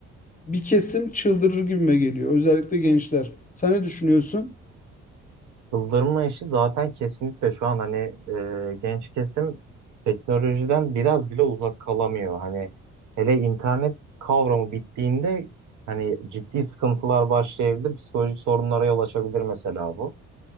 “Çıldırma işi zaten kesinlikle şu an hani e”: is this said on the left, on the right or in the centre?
Right